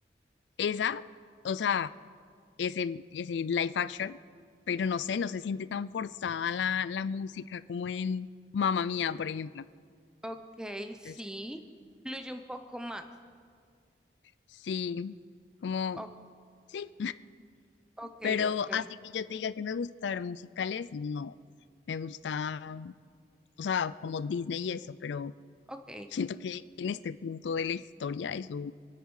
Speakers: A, on the left; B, in the centre.
A: Esa, o sea, ese, ese live action, pero no sé, no se siente tan forzada la, la música como en Mamma Mía, por ejemplo.
B: ok, sí,
A: Entonces,
B: fluye un poco más.
A: sí, como,
B: ok.
A: sí.
B: Ok,
A: Pero
B: ok,
A: así que yo te diga que me gusta ver musicales, no. Me gusta, o sea, como Disney y eso, pero
B: ok.
A: siento que en este punto de la historia eso